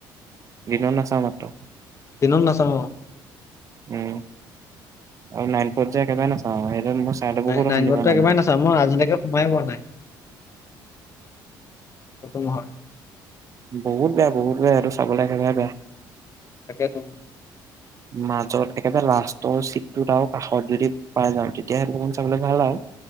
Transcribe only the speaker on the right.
দিনত নাচাওঁ মাত্ৰ
উম আৰু নাইন পত যে একেবাৰে নাচাওঁ <unintelligible>
অশান্তি
পাওঁ
পত
বহুত বেয়া বহুত বেয়া সেতো চাবলৈ একেবাৰে বেয়া
মাজত একেবাৰে লাষ্টৰ চিটটোত আৰু কাষত যদি পাই যাওঁ তেতিয়াহে পহুবন চাবলৈ ভাল আৰু